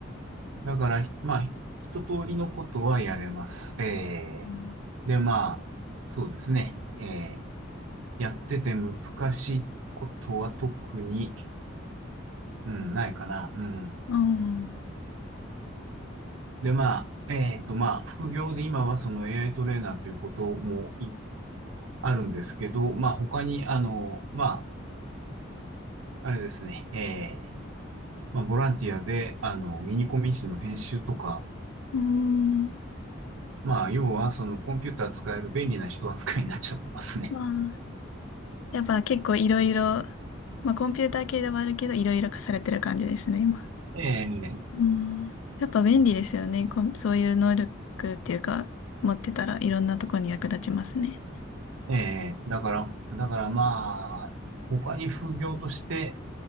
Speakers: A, on the right; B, on the left.
A: だから、まあ一通りのことはやれます。えーで、
B: うん
A: まあ、そうですね。えーやってて難しいことは特に、うん、ないかな。うん。
B: うん。
A: で、まあ、えっと、まあ、副業で今はその AI トレーナーということもいあるんですけど、まあ、他に、あの、まあ、あれですね、えー、まあ、ボランティアで、あの、ミニコミ誌の編集とか、
B: ん。
A: まあ、要は、そのコンピューター使える便利な人扱いになっちゃってますね。
B: まあ、やっぱ結構いろいろ、まあコンピューター系ではあるけど、いろいろ課されてる感じですね、今。
A: えー、
B: うん、やっぱ便利ですよね。こんそういう能力っていうか、持ってたらいろんなとこに役立ちますね。
A: えー、だから、だからまあ、他に副業として、